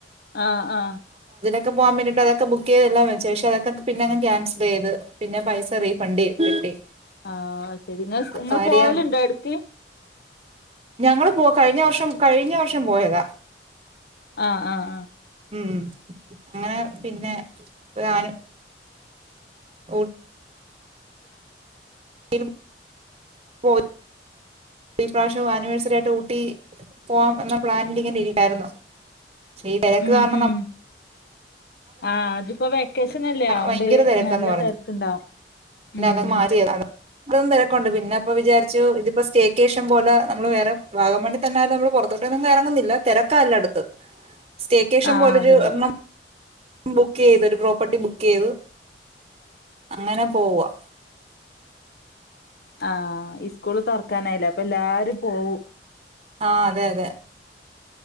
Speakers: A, on the left; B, on the right.
A: ആ ആ
B: ക്കെ പോവാൻ വേണ്ടീട്ട് അതൊക്കെ ബുക്ക് ചെയ്തെല്ലാം വച്ച് പക്ഷെ അതെക്ക ക് പിന്നെ അങ്ങ് ക്യാൻസൽ ചെയ്ത് പിന്നെ പൈസ റീഫണ്ട് കിട്ടി
A: ആഹ് ശെരി നിങ്ങ സ്‌ നിങ്ങൾ
B: കാര്യം
A: പോവലുണ്ടോ എടക്ക്
B: ഞങ്ങള് പോ കഴിഞ്ഞ വർഷം കഴിഞ്ഞ വർഷം പോയതാ
A: ആഹ് ആഹ് ആ
B: ഉം അങ്ങനെ പിന്നെ ഞാനും ഊ <unintelligible> <unintelligible> ഈ പ്രാവശ്യവും ആനിവേഴ്സറി ആയിട്ട് ഊട്ടി പോവാം എന്ന പ്ലാനിൽ ഇങ്ങനെ ഇരിക്കായിരുന്നു. പക്ഷെ ഈ തിരക്ക്
A: ഉം
B: കാരണം
A: ഉം
B: ന
A: ആഹ് അത്പ്പ വെ വെക്കേഷനല്ലേ അതൊണ്ട്
B: ഭയങ്കര
A: ഇത്
B: തിരക്കന്ന്
A: നല്ല
B: പറഞ്ഞു
A: തെരക്കുണ്ടാവും
B: പിന്നെ
A: മ്ഹ്
B: അതങ്ങ് മാറ്റിയതാ ഇപ്പളും തെരക്കുണ്ട് പിന്ന അപ്പൊ വിചാരിച്ചു ഇതിപ്പോ സ്റ്റേക്കേഷൻ പോലെ നമ്മള് വേറെ വാഗമണ്ണിൽ തന്നായാലും നമ്മള് പുറത്തോട്ടൊന്നും എറങ്ങുന്നില്ല തിരക്കാ എല്ലടുത്തും. സ്റ്റേക്കേഷൻ
A: ആഹ്
B: പോലൊരു
A: അതന്നെ
B: മം ബുക്ക് ചെയ്ത് ഒരു പ്രോപ്പർട്ടി ബുക്ക് ചെയ്ത് അങ്ങനെ പോവുവാ
A: ആഹ് ഇഫ് സ്കൂള് തൊറക്കാനായില്ലേ അപ്പൊ എല്ലാരും പോവും
B: ആ അതെ അതെ